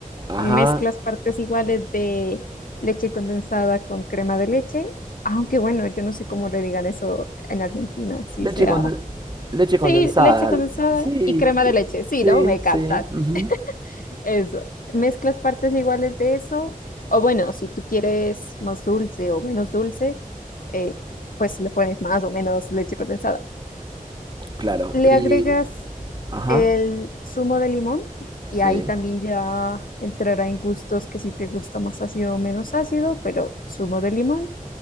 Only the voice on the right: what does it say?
Ajá.
Leche
conden- leche
condensada.
Sí,
eh,
sí,
sí.
ujú.
Claro.
Y.
Ajá.
Sí.